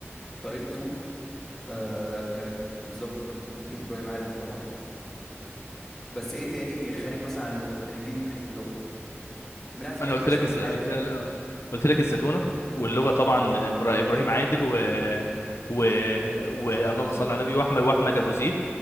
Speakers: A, in the centre; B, on the left (about 70°).
A: طريقته آه كانت بتظبط نقط كتير ابراهيم عادل طبعا بس ايه تاني إيه، خارج مثلا عن اللغه يعني دي من ناحيه اللغه من ناحيه الحاجات
B: انا قلت
A: اللي اثرت
B: لك الز...
A: في حياتك
B: قلت... قلت لك الزتونه واللغه
A: زيتونه
B: طبعا
A: طبعا
B: إبرا- ابراهيم عادل و و, و... اللهم
A: احمد ابو
B: صل
A: زيد
B: على النبي واحمد واحمد ابو زيد